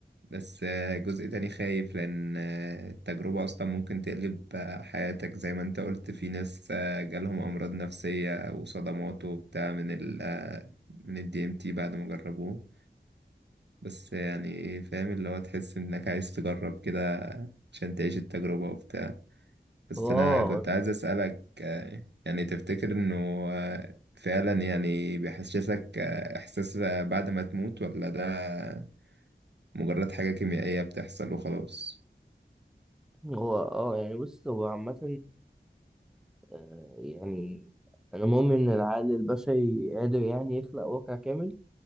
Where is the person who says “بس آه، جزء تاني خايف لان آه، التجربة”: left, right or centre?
Right